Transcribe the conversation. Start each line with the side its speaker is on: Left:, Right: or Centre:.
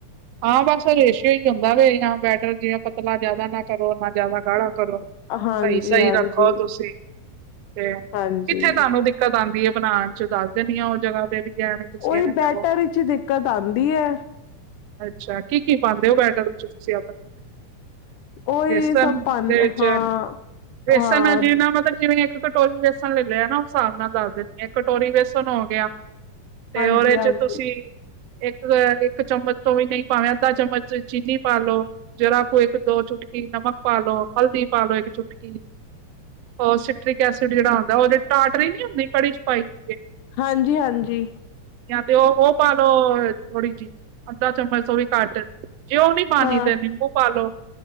Right: ਹਾਂ ਬਸ ਰੇਸ਼ਓ ਹੀ ਹੁੰਦਾ ਵ ਬੈਟਰ ਜਿਵੇਂ ਪਤਲਾ ਜ਼ਿਆਦਾ ਨਾ ਕਰੋ ਨਾ ਜ਼ਿਆਦਾ ਗਾੜਾ ਕਰੋ
Left: ਹਾਂਜੀ,
Right: ਸਹੀ-ਸਹੀ
Left: ਹਾਂਜੀ,
Right: ਰੱਖੋ ਤੁਸੀਂ ਤੇ
Left: ਹਾਂਜੀ
Right: ਕਿੱਥੇ ਤੁਹਾਨੂੰ ਦਿੱਕਤ ਆਉਂਦੀ ਹੈ ਬਣਾਉਣ ਚ ਦੱਸ ਦੇਂਦੀਆਂ ਉਹ ਜਗ੍ਹਾ ਤੇ ਵੀ ਐਵੇਂ ਤੁਸੀਂ
Left: ਉਹੀ
Right: ਐਵੇਂ ਕਰੋ
Left: ਬੈਟਰੀ ਚ ਦਿੱਕਤ ਆਉਂਦੀ ਹੈ
Right: ਅੱਛਾ ਕੀ-ਕੀ ਪਾਉਦੇ ਹੋ ਬੈਟਰ ਵਿੱਚ ਤੁਸੀਂ ਆਪਣੇ
Left: ਉਹੀ
Right: ਬੇਸਨ
Left: ਸਭ ਪਾਨ
Right: ਦੇ ਵਿੱਚ
Left: ਹਾਂ,
Right: ਬੇਸਨ
Left: ਹਾਂ
Right: ਜਿਨਾ ਮਤਲਬ ਜਿਵੇਂ ਕਟੋਰੀ ਵੇਸਣ ਲੈ ਲਿਆ ਨਾ ਉਸ ਹਿਸਾਬ ਨਾਲ ਦੱਸ ਦਿੰਦੇ ਆ ਕਟੋਰੀ ਵੇਸਨ ਹੋ ਗਿਆ ਤੇ
Left: ਹਾਂਜੀ,
Right: ਉਹਦੇ
Left: ਹਾਂਜੀ,
Right: ਚ ਤੁਸੀਂ ਇੱਕ ਇੱਕ ਚਮਚ ਤੋਂ ਵੀ ਨਹੀਂ ਪਾਵੇਂ ਅੱਧਾ ਚਮਚ ਚੀਨੀ ਪਾਾਲ ਲੋ ਜਰਾ ਖ ਇੱਕ ਦੋ ਚੁਟਕੀ ਨਮਕ ਪਾਾਲ ਲੋ ਹਲਦੀ ਪਾਲੋ ਇੱਕ ਚੁਟਕੀ ਉਹ ਸਟ੍ਰਿਕ ਐਸਿਡ ਜਿਹੜਾ ਹੁੰਦਾ ਉਹ ਟਾਟਰੀ ਨੀ ਹੁੰਦੀ ਕੜੀ ਚ ਪਾਈ ਦੀ
Left: ਹਾਂਜੀ ਹਾਂਜੀ
Right: ਜਾਂ ਤੇ ਉਹ ਉਹ ਪਾ ਲੋੋ ਥੋੜੀ ਜਿਹੀ ਅੱਧਾ ਚਮਚ ਉਹ ਵੀ ਕੱਟ ਜੇ ਉਹ ਨੀ ਪਾਣੀ
Left: ਹਾਂ
Right: ਤੇ ਨਿੰਬੂ ਪਾਲ ਲੋ